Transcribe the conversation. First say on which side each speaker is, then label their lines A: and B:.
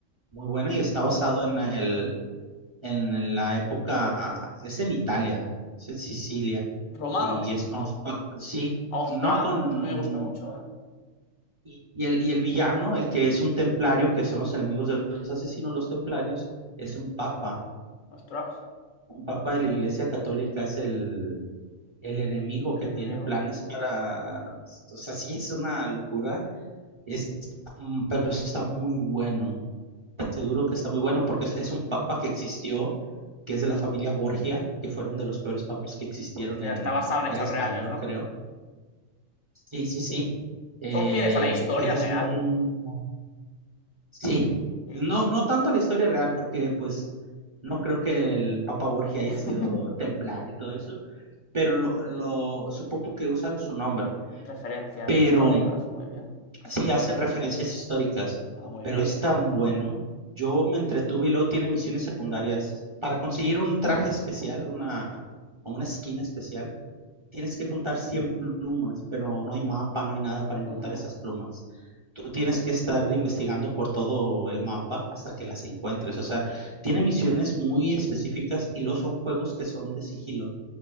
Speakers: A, on the right (about 35°); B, on the left (about 85°).
A: Muy buena y está basado en el, en la época, es en Italia, es en Sicilia.
B: ¿Romanos?
A: Y es con
B: No.
A: los, pa- sí,
B: ¡Ostras!
A: no con...
B: Pues a mí me gusta mucho, ¿eh?
A: Y y el, y el villano, el que es un templario, que son los enemigos de los asesinos, los templarios, es un papa.
B: ¡Ostras!
A: Un papa de la Iglesia Católica es el, el enemigo
B: El
A: que
B: enemigo.
A: tiene planes para... O sea, sí es una locura, es, mm, pero está muy bueno. Te
B: Muy
A: aseguro
B: bien.
A: que está muy bueno porque es, es un papa que existió, que es de la familia Borgia, que fueron de los peores papas que existieron
B: O sea,
A: en...
B: está basado en hechos
A: Era español,
B: reales, ¿no?
A: creo. Sí, sí, sí. Eh,
B: ¿Son fieles a la historia
A: pero es
B: real?
A: muy, Sí,
B: Sí.
A: no, no tanto la historia real, porque pues no creo que el Papa Borgia haya
B: <laughs>
A: sido templar y todo eso, pero lo, lo supongo que usan su nombre,
B: Referencias
A: pero
B: históricas, muy bien.
A: sí hacen referencias históricas,
B: Ah, muy
A: pero
B: bien.
A: es tan bueno. Yo me entretuve y luego tiene misiones secundarias para conseguir un traje especial, una, o una skin especial tienes que juntar 100 plumas, pero no hay mapa, no hay nada para encontrar
B: Ujú.
A: esas plumas. Tú tienes que estar investigando por todo el mapa hasta que las encuentres. O sea, tiene misiones muy específicas y luego son juegos que son de sigilo.